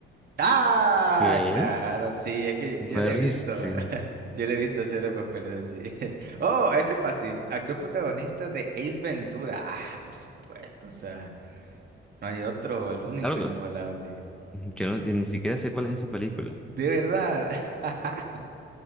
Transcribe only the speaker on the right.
Ah,
claro, sí, es que
yo la he visto,
<laughs> yo la he visto hacer papeles así. <laughs> Oh, este es fácil, actor protagonista de Ace Ventura. Ah, por supuesto, o sea, no hay otro, el único
inigualable.
De verdad. <laughs>